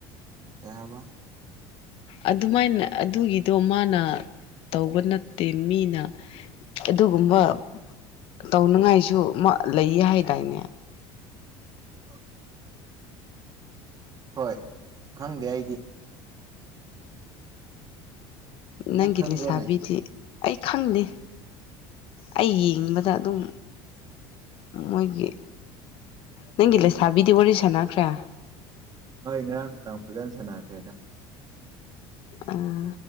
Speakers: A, on the right (about 35°); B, on the left (about 55°).
A: ꯀꯩ ꯍꯥꯏꯕ
B: ꯑꯗꯨꯃꯥꯏꯅ ꯑꯗꯨꯒꯤꯗꯣ ꯃꯥꯅ ꯇꯧꯕ ꯅꯠꯇꯦ ꯃꯤꯅ ꯑꯗꯨꯒꯨꯝꯕ ꯇꯧꯅꯤꯉꯥꯏꯁꯨ ꯃ ꯂꯩꯌꯦ ꯍꯥꯏꯗꯥꯏꯅꯦ
A: <unintelligible> ꯍꯣꯏ ꯈꯪꯗꯦ ꯑꯩꯗꯤ
B: ꯅꯪꯒꯤ
A: ꯅꯪ ꯈꯪꯕ꯭ꯔꯣꯅꯦ
B: ꯂꯩꯁꯥꯕꯤꯗꯤ ꯑꯩ ꯈꯪꯗꯦ ꯑꯩ ꯌꯦꯡꯕꯗ ꯑꯗꯨꯝ ꯃꯣꯏꯒꯤ ꯅꯪꯒꯤ ꯂꯩꯁꯥꯕꯤꯗꯤ ꯋꯥꯔꯤ ꯁꯥꯟꯅꯈ꯭ꯔꯦ
A: ꯍꯣꯏ ꯉꯔꯥꯡ ꯅꯨꯡꯗꯥꯡ ꯐꯖꯅ ꯁꯥꯟꯅꯈ꯭ꯔꯦꯗ
B: ꯑꯥ